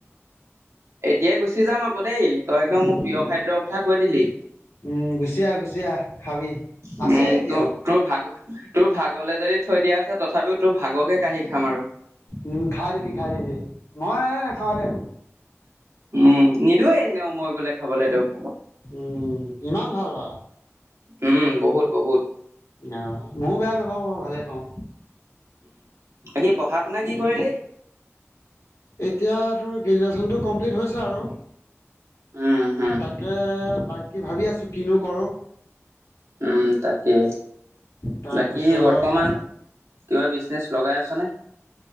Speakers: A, on the right (about 70°); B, on the left (about 80°).
A: এতিয়াই গুচি যাম আকৌ দেই। তই একম মোৰ
B: উম
A: প্ৰিয় খাদ্যৰ কথা কৈ দিলি।
B: উম গুচ আহা গুচি আহ খাবি।
A: উম
B: আছে এতিয়াও
A: তোৰ তোৰ ভাগ তোৰ ভাগলৈ যদি থৈ দিয়া আছে। তথাপিও তোৰ ভাগকে কাঢ়ি খাম আৰু
B: উম খাই দিবি, খাই দিবি মই নাই নেখাওঁৰে
A: উম নিদয়ে আহ নও মই গলে খাবলৈ তেওঁোক
B: উম ইমান ভাল বাৰু
A: উম বহুত বহুত।
B: আহ ময়ো বেয়া নাপাওঁ অ' ভালে পাওঁ।
A: আজি পঢ়া-শুনা কি কৰিলি?
B: এতিয়া তোৰ গ্ৰেজুৱেচনটো কমপ্লিট হৈছে আৰু!
A: উম হম
B: তাকে, বাকী ভাবি আছো কিনো কৰো?
A: উম, তাকে।
B: তাৰপিছত
A: বাকী বৰ্তমান কিবা বিজনেছ? লগাই আছনে?